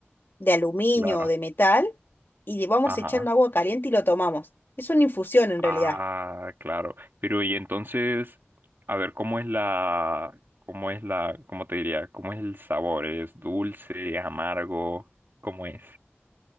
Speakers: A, on the left; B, on the right.
A: de aluminio
B: claro,
A: o de metal. Y le vamos
B: ajá.
A: echando agua caliente y lo tomamos. Es una infusión en
B: Ah,
A: realidad.
B: claro. Pero y entonces, a ver, ¿cómo es la, cómo es la, cómo te diría, cómo es el sabor? ¿Es dulce, amargo? ¿Cómo es?